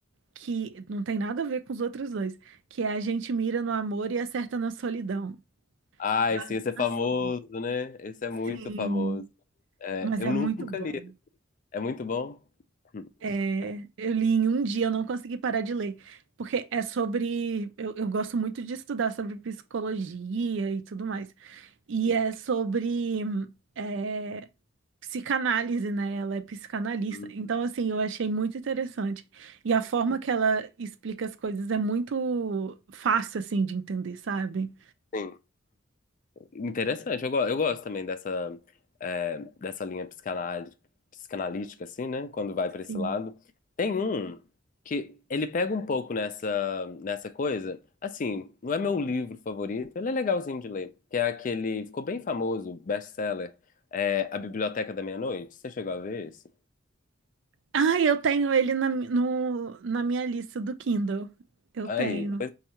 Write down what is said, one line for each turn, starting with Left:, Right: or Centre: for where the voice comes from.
Right: que não tem nada a ver com os outros dois, que é a gente mira no amor e acerta na solidão.
Left: ai,
Right: Da
Left: sim,
Right: animação.
Left: esse é famoso, né? Esse é muito
Right: Sim,
Left: famoso. É,
Right: mas
Left: eu
Right: é
Left: nunca
Right: muito bom.
Left: li. É muito bom? Hum,
Right: É,
Left: Tá.
Right: eu li em um dia, eu não consegui parar de ler, porque é sobre. Eu, eu gosto muito de estudar sobre psicologia e tudo mais. E
Left: Hum,
Right: é sobre. é, psicanálise, né? Ela é psicanalista.
Left: hum,
Right: Então, assim, eu achei muito interessante. E a forma
Left: hum.
Right: que ela explica as coisas é muito fácil, assim, de entender, sabe?
Left: Sim. Interessante, eu, go- eu gosto também dessa, é, dessa linha psicanal- psicanalítica, assim, né? Quando vai para esse
Right: Sim.
Left: lado. Tem um que ele pega um pouco nessa, nessa coisa, assim, não é meu livro favorito, ele é legalzinho de ler, que é aquele, ficou bem famoso, best-seller, é, A Biblioteca da Meia-Noite. Você chegou a ver esse?
Right: Ah, eu tenho ele na, mi- no, na minha lista do Kindle. Eu
Left: Aí.
Right: tenho.